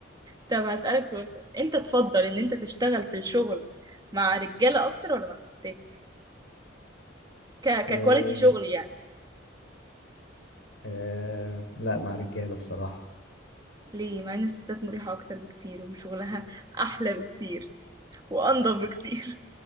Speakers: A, on the right; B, on the left.
A: طب هسألك سؤال كده انت تفضل ان انت تشتغل في الشغل مع رجالة اكتر ولا مع ستات ك ككواليتي
B: آه،
A: شغل يعني
B: آه، لا مع رجالة بصراحة
A: ليه مع ان الستات مريحة اكتر بكتير وشغلها احلى بكتير وانضف بكتير